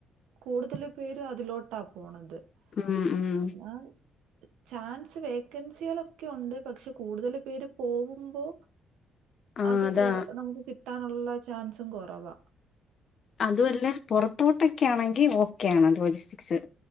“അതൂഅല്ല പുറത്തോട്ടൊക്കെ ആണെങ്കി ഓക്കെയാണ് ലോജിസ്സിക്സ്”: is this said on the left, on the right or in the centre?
Left